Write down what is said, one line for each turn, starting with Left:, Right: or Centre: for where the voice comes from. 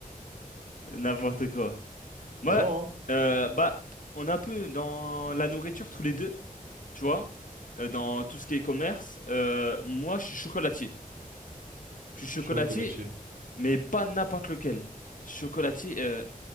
Left: n'importe quoi. Moi,
Right: Ça va, hein?
Left: euh, bah, on est un peu dans la nourriture tous les deux, tu vois, euh, dans tout ce qui est commerce. Euh, moi, je suis chocolatier. Je suis
Right: Chocolatier.
Left: chocolatier mais pas n'importe lequel. Chocolatier, euh,